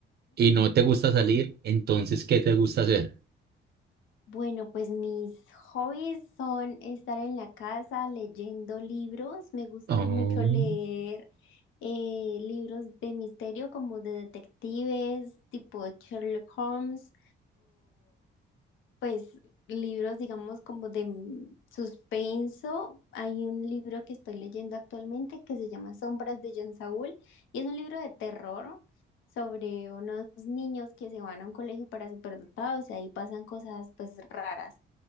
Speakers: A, on the right; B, on the left.
A: y no te gusta salir, entonces, ¿qué te gusta hacer?
B: Bueno, pues mis hobbies son estar en la casa leyendo libros. Me gusta
A: Oh,
B: mucho leer eh, libros de misterio como de detectives, tipo Sherlock Holmes pues libros, digamos, como de mm, suspenso. Hay un libro que estoy leyendo actualmente que se llama Sombras de John Saúl y es un libro de terror sobre unos niños que se van a un colegio para superdotados y ahí pasan cosas pues raras.